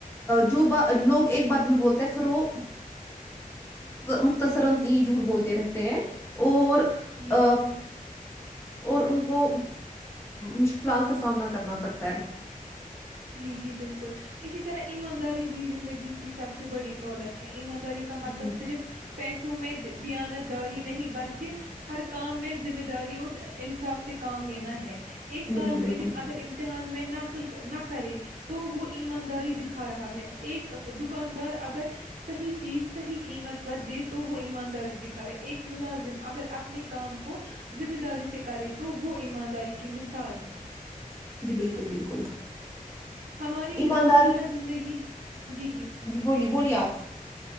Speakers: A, on the left; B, on the right.
A: جو ب لوگ ایک بار جھوٹ بولتے ہیں پرو مختصرا یہ جھوٹ بولتے رہتے ہیں اور
B: جی
A: آ،
B: بالکل
A: اور ان کو مشکلات کا سامنا کرنا پڑتا ہے
B: جی جی بالکل اسی طرح ایمانداری بھی زندگی کی سب سے بڑی دولت ہے ایمانداری کا
A: ہے
B: مطلب
A: جی
B: صرف پیسوں میں دیانت داری نہیں بلکہ ہر کام میں ذمہ داری اور انصاف سے کام لینا ہے ایک طالب
A: بالکل بالکل
B: علم اگر امتحان میں ن کلک ن کرے تو وہ ایمانداری دکھا رہا ہے ایک دکاندار اگر صحیح چیز صحیح قیمت پر دے تو وہ ایمانداری دکھا رہا ایک ملازم اگر اپنے کام کو ذمہ داری سے کرے تو وہ ایمانداری کی مثال ہے
A: جی بالکل بالکل
B: ہماری
A: ایمانداری
B: روزمرہ زندگی جی جی
A: بولیے بولیے آپ